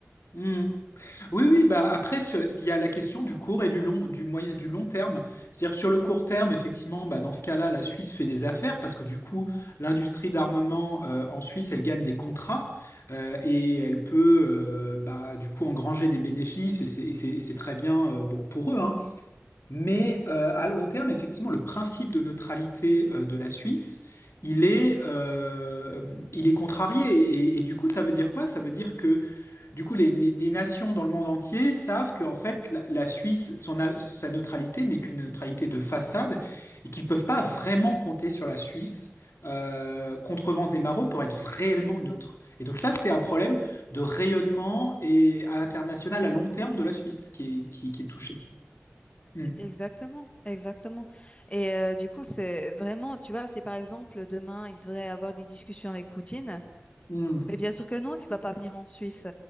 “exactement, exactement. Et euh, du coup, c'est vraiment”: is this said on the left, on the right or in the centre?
Left